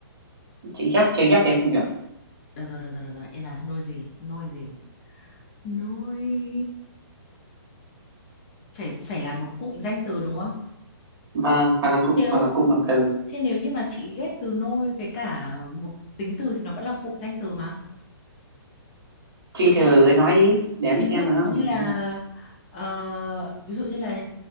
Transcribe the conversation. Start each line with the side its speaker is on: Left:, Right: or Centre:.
Right: chị ghép chị ghép thế không được
Left: được rồi được rồi được rồi yên là nôi gì nôi gì nôi phải phải là một cụm danh từ đúng không
Right: vâng hoặc là
Left: thế
Right: cụm
Left: nếu
Right: hoặc là cụm động từ
Left: Thế nếu như mà chị ghép từ nôi với cả một tính từ thì nó vẫn là cụm danh từ mà,
Right: chị
Left: đúng
Right: thử
Left: không?
Right: nói đi để em
Left: Ví
Right: xem
Left: dụ
Right: là nó
Left: như
Right: là gì
Left: là ờ, ví dụ như là